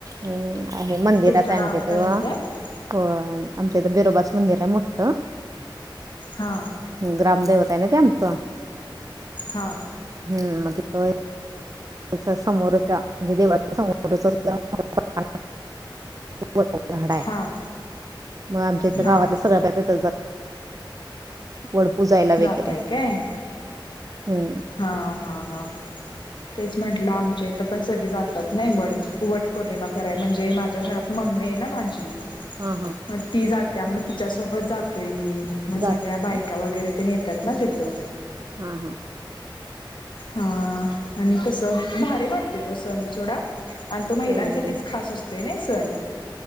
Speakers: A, on the right (about 40°); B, on the left (about 65°).
A: हम् आहे मंदिरात
B: तुमच्या
A: आहे
B: गावात
A: आमच्या इथं
B: काय
A: होय आमच्या इथं बिरोबाच मंदिर आहे मोठ
B: हा
A: ग्रामदेवता आहे. ना ते आमचं.
B: हा
A: हम्म <unintelligible> त्या समोरचा म्हणजे देवाच्या समोरच <inaudible> मोठ झाड आहे.
B: हा
A: मग आमच्या इथलं
B: हा
A: गावातल्या सगळ्या बायका तिथंच जातात. वड पुजायला वगैरे
B: जातय काय
A: हम्म
B: हा हा हा. तेच म्हंटलं आमच्या इथ पण सगळे जातात नाही वड वट पौर्णिमा कराय म्हणजे माझ्या घरात मम्मी आहे ना माझी.
A: हा हा
B: मग ती जात्या त मग तिच्यासोबत जातोय मी. मग
A: जाता
B: सगळ्या बायका
A: का?
B: वगैरे येतात ना तिथं.
A: हा हा
B: हा आणि कस भारी वाटते तो सण सोडा. आणि तो महिलांसाठीच
A: होय
B: खास असतो. ते नाही सन